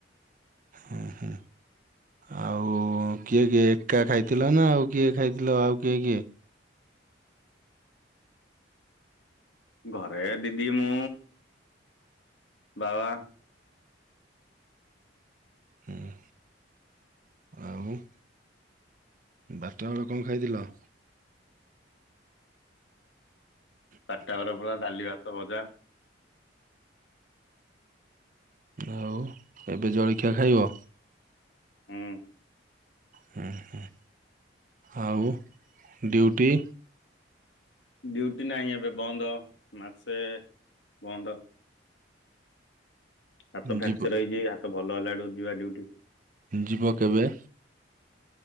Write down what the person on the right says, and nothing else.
ହୁଁ ହୁଁ। ଆଉ କିଏ କିଏ ଏକା ଖାଇଥିଲ ନା ଆଉ କିଏ ଖାଇଥିଲ ଆଉ କିଏ କିଏ?
ହୁଁ, ଆଉ। ବାର ଟା ବେଳେ କଁ ଖାଇଥିଲ?
ଆଉ ଏବେ ଜଳଖିଆ ଖାଇବ।
ହ ହଁ ଆଉ ଡ୍ୟୁଟି
ଯିବ
ଯିବ କେବେ?